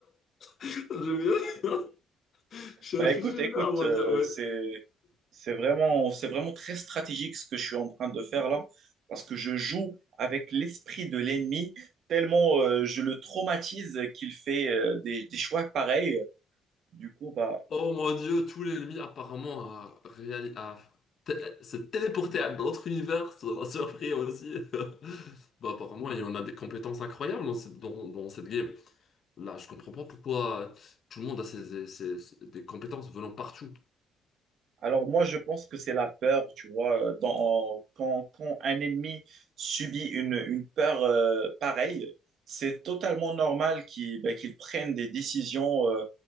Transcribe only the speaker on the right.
Bah,
écoute,
écoute,
euh,
c'est, C'est vraiment, c'est vraiment très stratégique ce que je suis en train de faire là, parce que je joue avec l'esprit de l'ennemi, tellement euh, je le traumatise qu'il fait euh, des, des choix pareils. Du coup, bah,
Alors moi, je pense que c'est la peur, tu vois, euh, dans, quand, quand un ennemi subit une, une peur euh, pareille, c'est totalement normal qu'il ben, qu'il prenne des décisions euh,